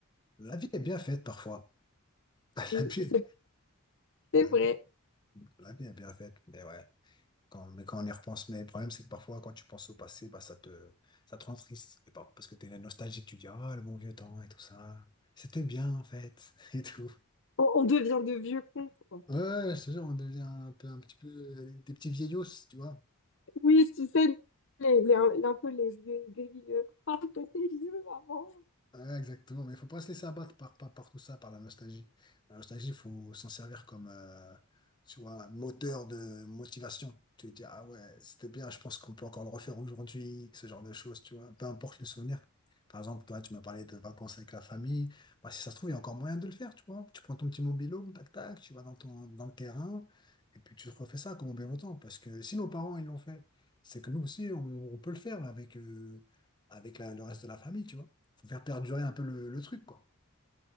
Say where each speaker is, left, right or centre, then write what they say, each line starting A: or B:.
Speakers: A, on the left; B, on the left.
A: La vie est bien faite parfois. <laughs> La
B: Oui,
A: vie,
B: c'est c'est
A: la,
B: vrai.
A: la vie est bien faite. Mais ouais. Quand, mais quand on y repense, mais le problème, c'est que parfois, quand tu penses au passé, bah, ça te, ça te rend triste. Et pas parce que t'es nostalgique, tu dis, ah, le bon vieux temps et tout ça. C'était bien, en fait, <laughs> et tout.
B: On, on devient de vieux cons, quoi.
A: Ouais, ouais, je te jure, on devient un peu, un petit peu euh, des petits vieillots, tu vois.
B: Oui, tu sais, les, les- un peu les vieux aigris. euh, Ah, t'étais vieux avant.
A: Ouais, exactement, mais il faut pas se laisser abattre par, par, par tout ça, par la nostalgie. La nostalgie, il faut s'en servir comme euh, tu vois, moteur de motivation. Tu te dis, ah ouais, c'était bien, je pense qu'on peut encore le refaire aujourd'hui, ce genre de choses, tu vois, peu importe le souvenir. Par exemple, toi, tu m'as parlé de vacances avec la famille. Bah, si ça se trouve, il y a encore moyen de le faire, tu vois. Tu prends ton petit mobilo, tac, tac, tu vas dans ton, dans le terrain, et puis tu refais ça comme bien longtemps. Parce que si nos parents, ils l'ont fait, c'est que nous aussi, on, on peut le faire avec, euh, avec la- le reste de la famille, tu vois faut faire perdurer un peu le, le truc, quoi.